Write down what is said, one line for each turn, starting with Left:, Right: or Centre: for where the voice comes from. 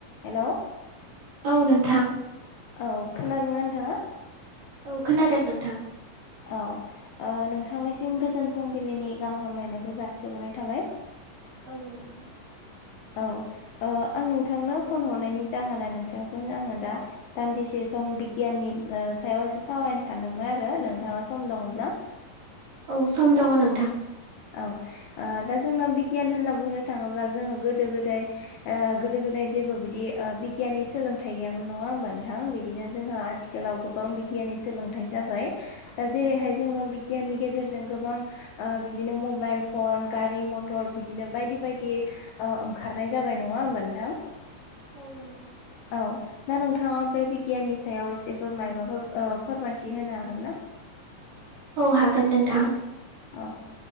Left: Hello
Right: औ नोंथां
Left: औ खोनादोंना नोंथाङा?
Right: औ खोनादों नोंथां।
Left: औ नोंथांनिसिम गोजोन फुंबिलिनि गाहाम हामलायनायखौ जासिबरनाय थाबाय।
Right: औ नोंथां।
Left: औ आं नोंथांनो फन हरनायनि जाहोना नोंथांजोंनो आङो दा दान्दिसे सम बिगियाननि सायाव एसे सावरायनो सानदोंमोन आरो नोंथाङा सम दङब्ला
Right: औ सम दङ नोंथां।
Left: औ दा जोंना बिगियान होनना बुंनो थाङोब्ला जोङो गोदो गोदाय गोदो गोदाय जेबो बिदि बिगियाननि सोलोंथाइ गैयामोन नङा होमबा नोंथां बिदिनो जोंहा आथिखालाव गोबां बिगियाननि सोलोंथाइ जाबाय। दा जेरैहाय जोङो बिगियाननि गेजेरजों गोबां ओ बिदिनो मबाइल फन गारि मथर बिदिनो बायदि बायदि। ओंखारनाय जाबाय नङा होमबा नोंथां।
Right: औ नोंथां।
Left: औ दा नोंथाङा बे बिगियाननि सायाव एसेफोर माबाफोर फोरमायथि होनो हागोन ना?
Right: औ हागोन नोंथां।
Left: औ